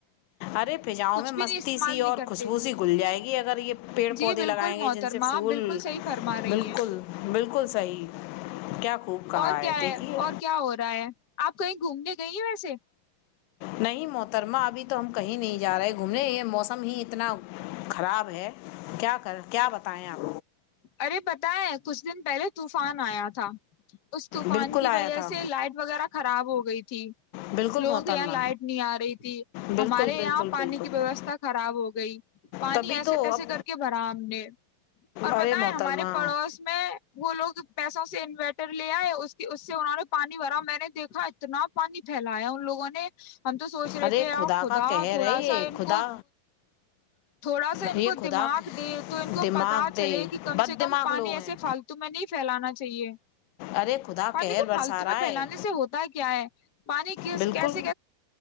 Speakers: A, on the left; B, on the left.
A: ارے پجاؤں
B: کچھ
A: میں
B: بھی
A: مستی
B: نہیں استعمال
A: سی
B: نہیں
A: اور
B: کرتے
A: خوشبو سی گل جائے گی اگر یہ پیڑ
B: جی
A: پودے
B: بالکل
A: لگائیں گے
B: محترمہ
A: جن سے پھول
B: آپ بالکل صحیح فرما رہی
A: بالکل
B: ہیں
A: بالکل صحیح کیا خوب کہا
B: اور کیا
A: دیکھیے
B: ہے اور کیا ہو رہا ہے آپ کہیں گھومنے گئی ہیں ویسے
A: نہیں محترمہ ابھی تو ہم کہیں نہیں جا رہے گھومنے یہ موسم ہی اتنا خراب ہے کیا کر کیا بتائیں آپ
B: ارے پت ہے کچھ دن پہلے طوفان آیا تھا اس طوفان
A: بالکل
B: کی
A: آیا
B: وجہ
A: تھا
B: سے لائٹ وغیرہ خراب ہو گئی تھی
A: بالکل
B: لوگوں
A: محترمہ
B: کے یہاں لائٹ نہیں آ رہی تھی
A: بالکل
B: ہمارے
A: بالکل
B: یہاں پانی
A: بالکل
B: کی ویوستھا خراب ہو گئی پانی
A: تبھی
B: ایسے
A: تو
B: تیسے
A: اب
B: کر کے برام نے اور
A: ارے
B: ب
A: محترمہ
B: ہمارے پڑوس میں وہ لوگ پیسوں سے انوسٹ ر لیا ہے اس کی اس سے انہوں نے پانی بھرا میں نے دیکھا اتنا پانی پھیلایا ان لوگوں نے ہم تو سوچ رہے
A: ارے
B: تھے ا خدا
A: کا قہر
B: تھوڑا
A: ہے یہ
B: سا ان
A: خدا
B: کو تھوڑا سا ان
A: یہ
B: کو
A: خدا
B: دماغ دے تو ان کو
A: دماغ
B: پتا چلے
A: دے
B: کہ کم
A: بد
B: سے کم
A: دماغ
B: پانی
A: لوگ
B: ایسے
A: ہیں
B: فالتو میں نہیں پھیلانا چاہیے
A: ارے خدا
B: پانی
A: قہر
B: کو
A: برسا
B: پالتو
A: رہا
B: میں
A: ہے
B: پھیلانے سے ہوتا ہے کیا ہے پانی کیسے
A: بالکل
B: کیسے